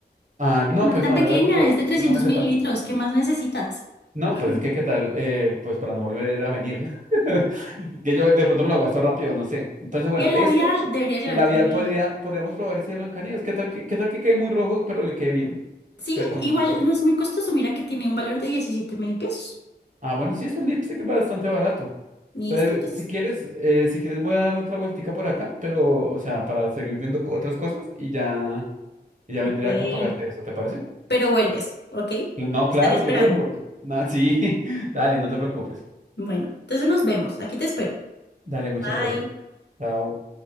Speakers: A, on the right; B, on the left.
A: Ah, no,
B: No
A: pues
B: es tan
A: no,
B: pequeña,
A: era
B: es de 300
A: solamente
B: mililitros.
A: para...
B: ¿Qué más necesitas?
A: No,
B: <laughs>
A: pues es que qué tal, eh, pues para no volver a venir. <laughs> Que yo de pronto me lo gasto rápido, no sé. Entonces, bueno,
B: Y el
A: esto
B: labial, debería llevar
A: y el labial
B: también
A: podría,
B: el labial.
A: podríamos probar ese de Blancanieves. ¿Qué tal que, qué tal que quede muy rojo, pero le quede bien?
B: Sí,
A: Que con
B: igual
A: un rubor.
B: no es muy costoso. Mira que tiene un valor de diecisiete mil pesos.
A: Ah, bueno, sí, es un lipstick bastante barato.
B: ¿Listo?
A: Pero,
B: Entonces,
A: si quieres, eh, si quieres voy a dar otra vueltica por acá, pero, o sea, para seguir viendo co- otras cosas y ya, y ya
B: bueno.
A: vendría acá a pagarte eso, ¿te parece?
B: Pero vuelves, ¿ok? Te
A: No, claro,
B: Estaré esperando.
A: yo vuelvo. No, sí, <laughs> dale, no te preocupes.
B: Bueno, entonces nos vemos. Aquí te espero.
A: Dale, muchas
B: Bye.
A: gracias. Chao.